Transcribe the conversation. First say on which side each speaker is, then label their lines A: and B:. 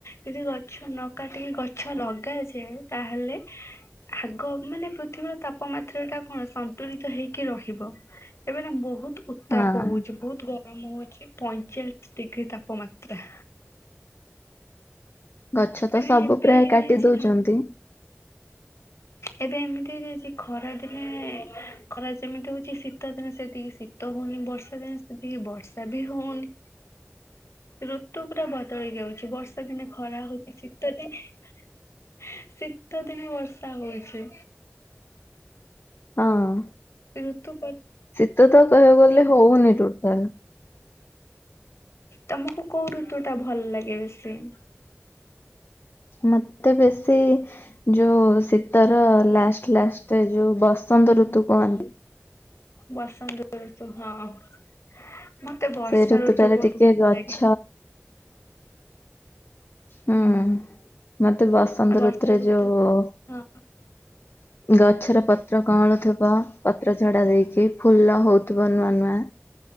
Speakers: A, on the left; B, on the left.
A: ଯଦି ଗଛ ନ କାଟିକି ଗଛ ଲଗାଯାଏ ତାହେଲେ ଆଗ ମାନେ ପୃଥିବୀର ତାପମାତ୍ରା ଟା କଣ ସନ୍ତୁଳିତ ତ ହେଇକି ରହିବ ଏବେ ନା ବହୁତ ଉତ୍ତାପ
B: ହଁ।
A: ହଉଚି। ବହୁତ ଗରମ ହଉଚି ପଇଁଚାଳିଶ ଡିଗ୍ରୀ ତାପମାତ୍ରା।
B: ଗଛ ତ
A: ମାନେ
B: ସବୁ
A: ଏବେ
B: ପ୍ରାୟ
A: ହେଇଯାଇଛି
B: କାଟି ଦଉଚନ୍ତି।
A: ନା ଏବେ ଏମିତି ହେଇଯାଇଚି ଖରା ଦିନେ ଖରା ଯେମିତି ହଉଚି ଶୀତ୍ ଶୀତ ଦିନେ ସେତିକି ଶୀତ ହଉନି ବର୍ଷା ଦିନେ ସେତ ତିକି ବର୍ଷା ବି ହଉନି ଋତୁ ପୁରା ବ ବଦଳି ଯାଉଛି ବର୍ଷା ଦିନେ ଖରା ହଉଛି ଶୀତ ଦିନେ ଆ ଶୀତ ଦିନେ ବର୍ଷା ବର୍ଷା ହଉଚି।
B: ହଁ।
A: ଋତୁ ପ
B: ଶୀତ ତ କହିବାକୁ ଗଲେ ହଉନି ଟୋଟାଲ।
A: ତମକୁ କୋଉ ଋତୁ ଟା ଭଲ ଲାଗେ ବେଶୀ?
B: ମତେ ବେଶୀ ଯୋଉ ଶୀତର ଲାଷ୍ଟ ଲାଷ୍ଟରେ ଯୋଉ ବସନ୍ତ ଋତୁ କହନ୍ତି।
A: ବସନ୍ତ ଋତୁ ହଁ ମତେ ବର୍ଷା
B: ସେଇ ଋତୁଟାରେ
A: ଋତୁ ବହୁତ
B: ଟିକେ
A: ଭଲ
B: ଗଛ
A: ଲାଗେ।
B: ହୁଁ ମତେ ବସନ୍ତ
A: ବର୍ଷା
B: ଋତୁରେ
A: ଋତୁ
B: ଯୋଉ
A: ହଁ
B: ଗଛର ପତ୍ର କଅଁଳୁଥିବ ପତ୍ର ଝଡା ଦେଇକି ଫୁଲ ହଉଥିବ ନୂଆ ନୂଆ